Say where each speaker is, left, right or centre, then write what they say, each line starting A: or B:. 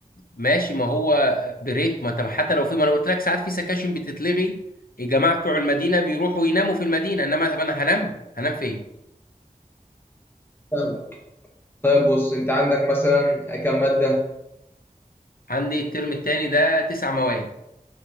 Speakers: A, on the left; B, on the left.
A: ماشي ما هو بريك ما طب حتى لو في ما انا قلت لك ساعات في سكاشن بتتلغي الجماعه بتوع المدينه بيروحوا يناموا في المدينه انما طب انا هنام هنام فين
B: فاهمك طيب بص انت عندك مثلا كم ماده
A: عندي الترم التاني ده تسع مواد